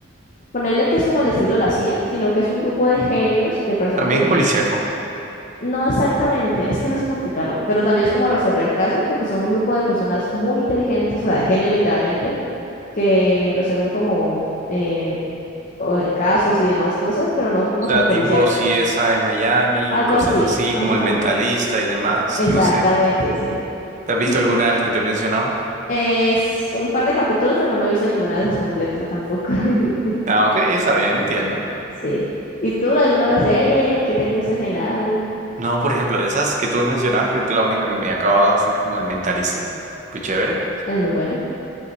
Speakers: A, on the left; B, on the right.
A: ponerle que es como el estilo de la CIA, sino que es un grupo de genios, de personas
B: También
A: pues,
B: es policíaco. O
A: No exactamente, es que no sé cómo explicarlo, pero también es como resolver casos, porque son un grupo de personas muy inteligentes, o sea, de genios literalmente, que resuelven como eh, o- eh, casos y demás cosas, pero no como
B: sea,
A: tan policíaco.
B: tipo CSI Miami,
A: Algo
B: cosas
A: así,
B: así
A: ajá,
B: como El Mentalista y demás,
A: exactamente,
B: no sé.
A: sí.
B: ¿Te has visto
A: Y
B: alguna de las que te he mencionado?
A: es un par de capítulos, pero no me he visto ninguna de esas completa tampoco. <laughs>
B: Ah, ok, está bien, entiendo.
A: Sí. ¿Y tú, alguna otra serie que te gusta en general?
B: No, por ejemplo, de esas que tú me mencionabas, creo que la única que me he acabado así como el mentalista. Pues chévere.
A: Es muy buena.